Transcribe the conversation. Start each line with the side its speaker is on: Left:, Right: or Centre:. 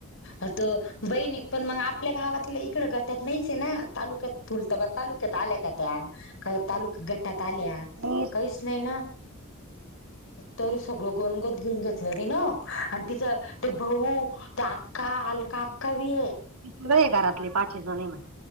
Left: अ त बहिणी पण मग आपल्या गावातलं इकडं गटात नाहीच आहे ना तालुक्यात तुलतबाद तालुक्या आल्या का तालुका्या गटात आल्या
Right: मी
Left: काहीच नाही ना तरी सगळं गनगत घेऊन घेतलं ती ना आणि तिचं ते भाऊ त्या अक्का अलका अक्का ब आहे
Right: ते सगळे आहे घरातले पाचे जण आहे म्ह